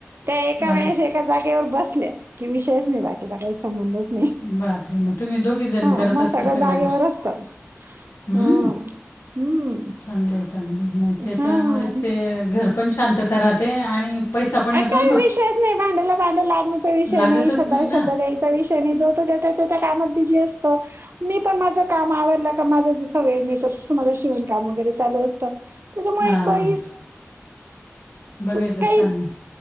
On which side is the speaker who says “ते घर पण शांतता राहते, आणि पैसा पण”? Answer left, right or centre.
Left